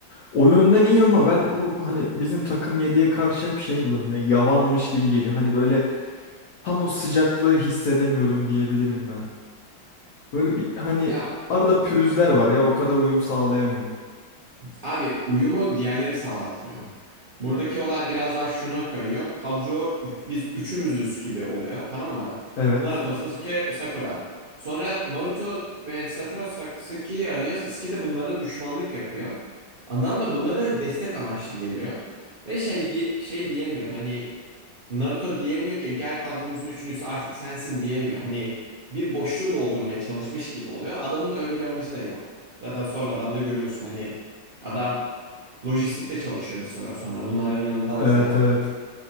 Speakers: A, on the left; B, on the right.
A: O yönden iyi ama ben bu hani bizim takım yediye karşı hep şey bulurum ya yavanmış gibi geliyor. Hani böyle tam o sıcaklığı hissedemiyorum diyebilirim ben. Böyle bir hani
B: Ya
A: arada pürüzler var ya o kadar uyum sağlayamıyor.
B: Abi uyumu diğerleri sağlatmıyor. Buradaki olay biraz daha şuna kayıyor. Kadro üç- biz üçümüzüz gibi oluyor tamam mı?
A: Evet.
B: Naruto, Sasuke, Sakura. Sonra Naruto ve Sakura Sasuke'yi arıyor. Sasuke de bunlara düşmanlık yapıyor. Adam da bunlara destek amaçlı geliyor. Ve şey, diye, şey diyemiyor hani Naruto diyemiyor ki gel kadromuzun üçüncüsü artık sensin diyemiyor. Hani bir boşluğu doldurmaya çalışmış gibi oluyor. Adamın öyle bir amacı da yok. Zaten sonradan da görüyorsun hani adam lojistikte çalışıyor bir süre sonra bunların yanından
A: Evet
B: ziyade.
A: evet.